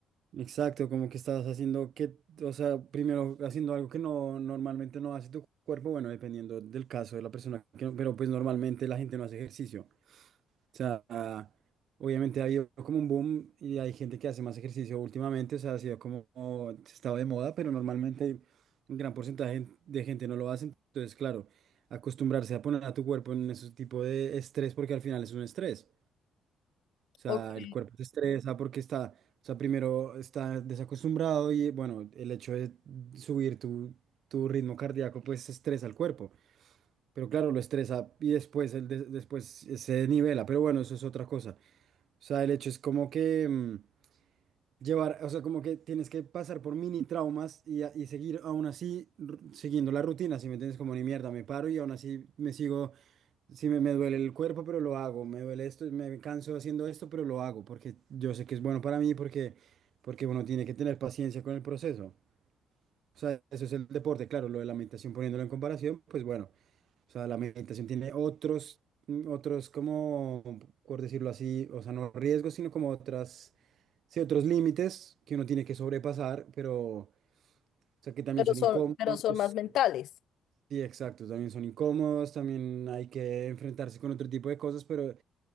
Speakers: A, on the right; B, on the left.
A: Exacto, como que estás haciendo que, o sea, primero haciendo algo que no normalmente no hace tu cuerpo, bueno, dependiendo del caso de la persona, que no- pero pues normalmente la gente no hace ejercicio. O sea, ah, obviamente ha habido como un boom y hay gente que hace más ejercicio últimamente, o sea, ha sido como como estado de moda, pero normalmente un gran porcentaje de gente no lo hace. Entonces, claro, acostumbrarse a poner a tu cuerpo en ese tipo de estrés, porque al final es un estrés. O sea,
B: Ok.
A: el cuerpo se estresa porque está, o sea, primero está desacostumbrado y bueno, el hecho de subir tu, tu ritmo cardíaco pues estresa al cuerpo. Pero claro, lo estresa y después, el des- después se nivela. Pero bueno, eso es otra cosa. O sea, el hecho es como que mm, llevar, o sea, como que tienes que pasar por mini traumas y, a- y seguir aún así r- siguiendo la rutina, si me entiendes, como ni mierda, me paro y aún así me sigo Sí, me, me duele el cuerpo, pero lo hago. Me duele esto, me canso haciendo esto, pero lo hago porque yo sé que es bueno para mí, porque, porque uno tiene que tener paciencia con el proceso. O sea, eso es el deporte, claro, lo de la meditación poniéndolo en comparación, pues bueno, o sea, la meditación tiene otros, mm, otros como, por decirlo así, o sea, no riesgos, sino como otras, sí, otros límites que uno tiene que sobrepasar, pero... O sea, que también
B: Pero
A: son
B: son,
A: incómodos.
B: pero son más mentales.
A: Sí, exacto, también son incómodos, también hay que enfrentarse con otro tipo de cosas, pero